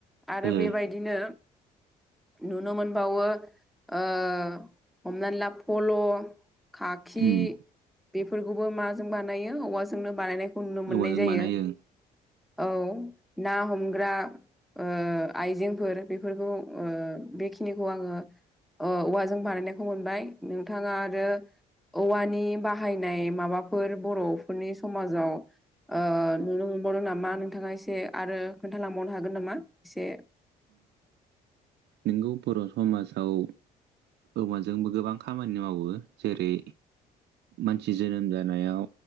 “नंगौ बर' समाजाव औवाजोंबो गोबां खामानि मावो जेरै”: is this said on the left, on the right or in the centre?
Right